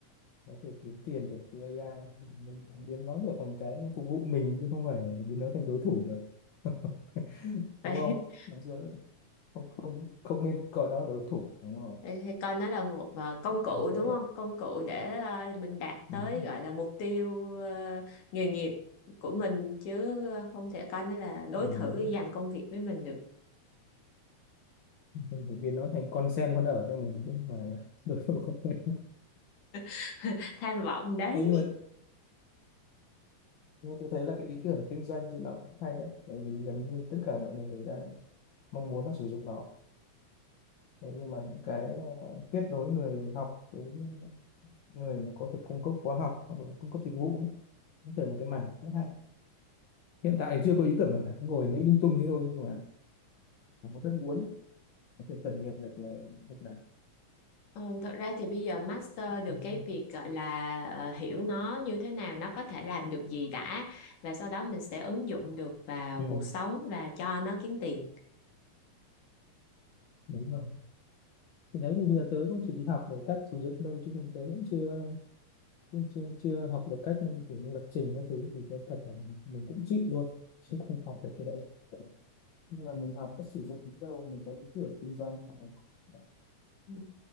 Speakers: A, on the left; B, on the left.
A: có thể kiếm tiền được từ AI mình biến nó trở thành cái phục vụ mình chứ không phải biến nó thành đối thủ được <laughs>
B: vậy
A: đúng không
B: <laughs>
A: nắm giữ không không không nên coi nó là đối thủ đúng rồi
B: Thì thì coi nó là một ờ, công cụ
A: sẽ
B: đúng không? Công cụ để ờ, mình đạt tới
A: mình,
B: gọi là mục tiêu ờ, nghề nghiệp của mình chứ ờ, không thể coi nó là đối
A: mình,
B: thủ giành công việc với mình được.
A: mình phải biến nó thành con sen con ở cho mình chứ không phải là <laughs> đối thủ của mình
B: <laughs> Tham vọng đấy.
A: ừ, nhưng mà, nhưng mà tôi thấy là cái ý tưởng kinh doanh trên nó cũng hay đấy tại vì gần như tất cả mọi người đang mong muốn là sử dụng nó Thế nhưng mà những cái ờ, kết nối người học với người mà có thể cung cấp khóa học hoặc là cung cấp dịch vụ ấy, có thể là cái mảng rất hay hiện tại thì chưa có ý tưởng nào cả ngồi nghĩ lung tung thế thôi nhưng mà nó rất muốn có thể khởi nghiệp được về lúc này.
B: Ừ, thật ra thì bây giờ master được
A: ừ,
B: cái việc gọi là ờ, hiểu nó như thế nào, nó có thể làm được gì đã và sau đó mình sẽ ứng dụng được vào
A: ừ,
B: cuộc sống và cho nó kiếm tiền.
A: đúng rồi thì đấy thì vừa tới cũng chỉ đi học về cách sử dụng đâu chứ còn tới cũng chưa cũng chưa chưa học được cách kiểu như lập trình các thứ thì tôi thật là mình cũng chịu luôn chứ không học được cái đấy nhưng mà mình học cách sử dụng những đâu mình thấy ý tưởng kinh doanh hoặc là
B: Ừ.